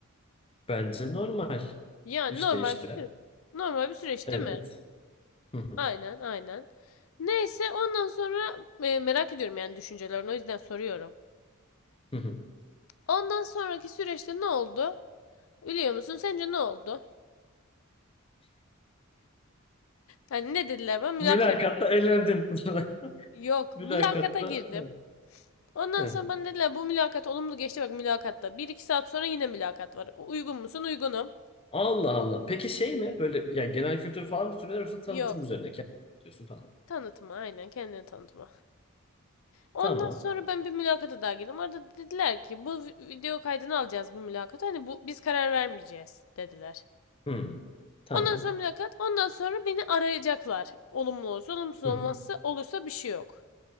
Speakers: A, on the left; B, on the left.
A: Bence normal.
B: Yani
A: İşte
B: normal
A: işte.
B: bir süreç. Normal bir süreç
A: Evet.
B: değil mi?
A: Hı hı.
B: Aynen, aynen. Neyse ondan sonra e, merak ediyorum yani düşüncelerini o yüzden soruyorum.
A: Hı hı.
B: Ondan sonraki süreçte ne oldu? Biliyor musun? Sence ne oldu? Hani ne dediler bana? Mülakata
A: Mülakatta
B: girdim.
A: eğlendin. <laughs>
B: Yok,
A: Mülakatta.
B: mülakata girdim.
A: evet,
B: Ondan
A: evet.
B: sonra bana dediler bu mülakat olumlu geçti bak mülakatta. Bir iki saat sonra yine mülakat var. Uygun musun? Uygunum.
A: Allah Allah. Peki şey mi? Böyle yani genel kültür falan mı soruyorlar yoksa tanıtım
B: Yok.
A: üzerine kendin anlatıyorsun falan.
B: Tanıtma aynen kendini tanıtma. Ondan
A: Tamam.
B: sonra ben bir mülakata daha girdim. Orada dediler ki bu vi- video kaydını alacağız bu mülakata. Hani bu biz karar vermeyeceğiz dediler.
A: Hı. Tamam.
B: Ondan sonra mülakat. Ondan sonra beni arayacaklar. Olumlu olursa olumsuz olmazsa
A: Hı.
B: olursa bir şey yok.